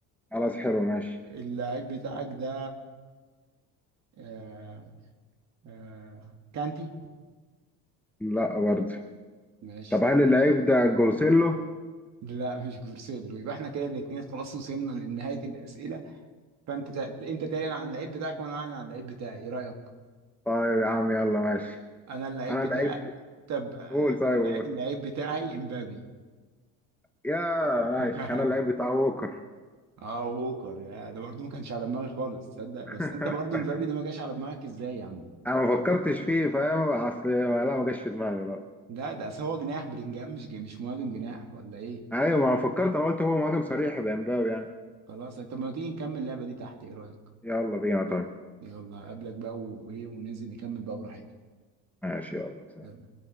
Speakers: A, in the centre; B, on the right.
A: خلاص حلو ماشي
B: اللعيب بتاعك ده آه آه كانتي
A: لا برضه
B: ماشي
A: طب هل اللعيب ده جوسيلو
B: لا مش جورسيلو يبقى احنا كده الاثنين خلاص وصلنا لنهايه الاسئله فانت تا... انت تعلن عن اللعيب بتاعك وانا اعلن عن اللعيب بتاعي ايه رايك
A: طيب يا عم يلا ماشي
B: انا اللعيب
A: انا
B: بتاع
A: اللعيب
B: طب آه،
A: قول طيب قول
B: اللعيب بتاعي امبابي
A: يا
B: <laughs>
A: ماشي انا اللعيب بتاع ووكر
B: اه وهوكر يا ده برضه ما كانش على دماغي خالص تصدق
A: <laughs>
B: بس انت برضه امبابي ده ما جاش على دماغك ازاي يا عم
A: انا ما فكرتش فيه فاهم اصل ما- لا ما جاش في دماغي لا
B: لا ده أصل هو جناح بلينجهام مش جي- مش مهاجم جناح ولا ايه
A: ايوه ما انا فكرت انا قلت هو مهاجم صريح بامباو يعني
B: خلاص طب ما تيجي نكمل اللعبه دي تحت ايه رايك
A: يلا بينا طيب
B: يلا اقابلك بقى وايه وننزل نكمل بقى براحتنا
A: ماشي يلا
B: يلا.